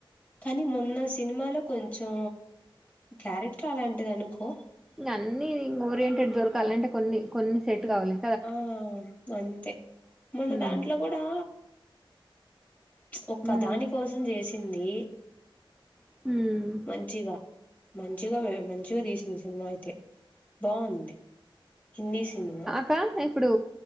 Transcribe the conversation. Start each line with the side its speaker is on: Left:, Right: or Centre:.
Left: కానీ మొన్న సినిమాలో కొంచెం క్యారెక్టర్ అలాంటిది అనుకో
Centre: ఇంగ అన్ని ఇంగ్ ఓరియంటెడ్ దొర్కలంటే కొన్ని కొన్ని సెట్ కవులే
Left: ఆఁ అంతే మొన్న
Centre: ఉమ్
Left: దాంట్లో గూడా ప్చ్ ఒక్క
Centre: ఉమ్
Left: దాని కోసం చేసింది
Centre: హుమ్మ్ఁ
Left: మంచిగా మంచిగావె మంచిగా తీసింది సినిమా అయితే బాగుంది హిందీ సినిమా
Centre: క్క ఇప్పుడు